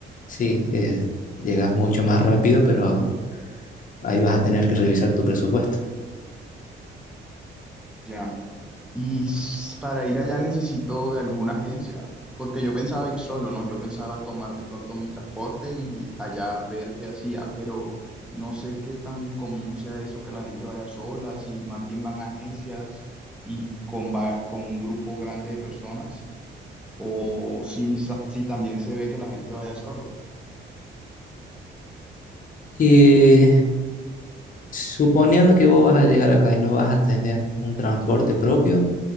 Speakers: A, on the left; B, in the centre.
A: sí, eh, llegas mucho más rápido, pero Ahí vas a tener que revisar tu presupuesto.
B: Ya. Y s- para ir allá necesito de alguna agencia, porque yo pensaba ir solo, ¿no? Yo pensaba tomar de pronto mi transporte y allá ver qué hacía, pero no sé qué tan común sea eso que la gente vaya sola, si más bien van a agencias y con, va- con un grupo grande de personas, o si, sa- si también se ve que la gente vaya solo.
A: Y suponiendo que vos vas a llegar acá y no vas a tener un transporte propio,